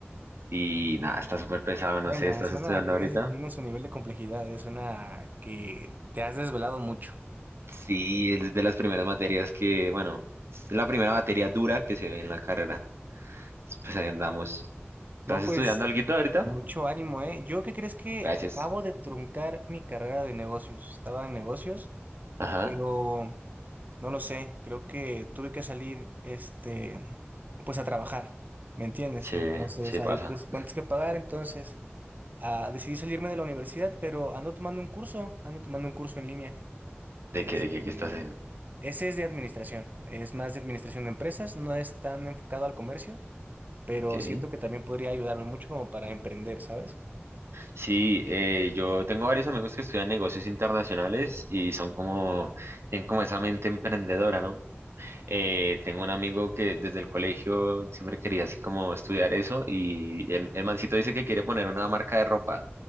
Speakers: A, on the right (about 70°); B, on the right (about 40°).
A: Y nada, está súper pesado, no
B: Buena,
A: sé, ¿estás
B: suena
A: estudiando
B: a que
A: ahorita?
B: es- tiene su nivel de complejidad, eh, Suena a que te has desvelado mucho.
A: Sí, es de las primeras materias que, bueno, es la primera materia dura que se ve en la carrera. Pues ahí andamos. ¿Estás
B: No, pues,
A: estudiando alguito ahorita?
B: mucho ánimo, ¿eh? ¿Yo qué crees que
A: Gracias.
B: acabo de truncar mi carrera de negocios? Estaba en negocios,
A: Ajá.
B: pero no lo sé, creo que tuve que salir, este, pues a trabajar, ¿me entiendes?
A: Se,
B: Entonces,
A: se
B: hay
A: pasa.
B: pues cuentas que pagar, entonces... Ah, decidí salirme de la universidad, pero ando tomando un curso, ando tomando un curso en línea.
A: ¿De
B: Este,
A: qué, de qué, qué estás haciendo?
B: ese es de administración, es más de administración de empresas, no es tan enfocado al comercio, pero
A: Ok.
B: siento que también podría ayudarme mucho como para emprender, ¿sabes?
A: Sí, eh, yo tengo varios amigos que estudian negocios internacionales y son como, tienen como esa mente emprendedora, ¿no? Eh, tengo un amigo que desde el colegio siempre quería así como estudiar eso y el, el mancito dice que quiere poner una marca de ropa.